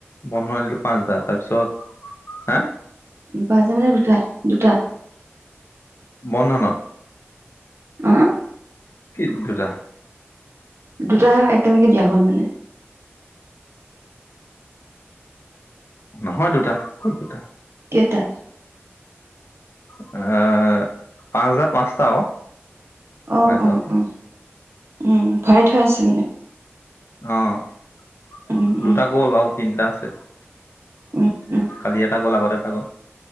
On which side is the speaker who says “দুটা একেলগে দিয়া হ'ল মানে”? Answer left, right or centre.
Right